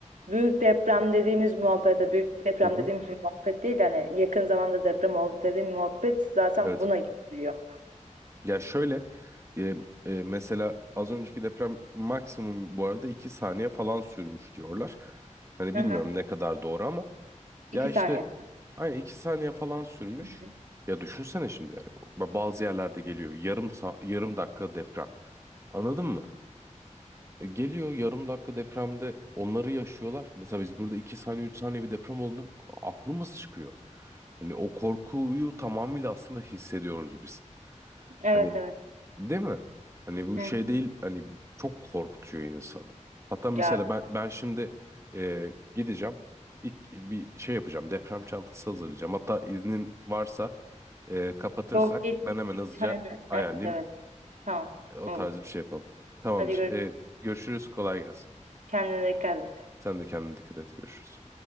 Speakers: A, on the right; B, on the right.
A: Büyük deprem dediğimiz muhabbete, büyük deprem
B: Hı hı,
A: dediğim <laughs> muhabbet değil yani yakın zamanda deprem oldu dediğim muhabbet zaten
B: evet.
A: buna gidiyor.
B: Ya şöyle e, e, mesela az önceki deprem maksimum bu arada 2 saniye falan sürmüş diyorlar. Hani
A: Hı
B: bilmiyorum
A: hı.
B: ne kadar doğru ama ya
A: İki
B: işte
A: saniye.
B: aynı 2 saniye falan sürmüş.
A: Hı hı.
B: Ya düşünsene şimdi yani ba- bazı yerlerde geliyor yarım sa yarım dakika deprem. Anladın mı? E, Geliyor yarım dakika depremde onları yaşıyorlar. Mesela biz burada iki saniye üç saniye bir deprem olduğunda aklımız çıkıyor. Hani o korkuyu tamamıyla aslında hissediyoruz biz.
A: Evet
B: Hani
A: evet.
B: Değil mi? Hani bu
A: Hı
B: şey
A: hı.
B: değil hani çok korkutuyor insanı. Hatta mesela
A: Ya
B: ben ben şimdi e, gideceğim ilk bir şey yapacağım deprem çantası hazırlayacağım. Hatta iznin varsa e, kapatırsak
A: çok geç.
B: ben hemen
A: geç.
B: hızlıca
A: Hı hı.
B: ayarlayayım
A: Evet evet. Tamam.
B: E, o
A: Olur.
B: tarz bir şey yapalım. Tamamdır.
A: Hadi görüşürüz.
B: E, görüşürüz kolay gelsin.
A: Kendine dikkat et.
B: Sen de kendine dikkat et görüşürüz.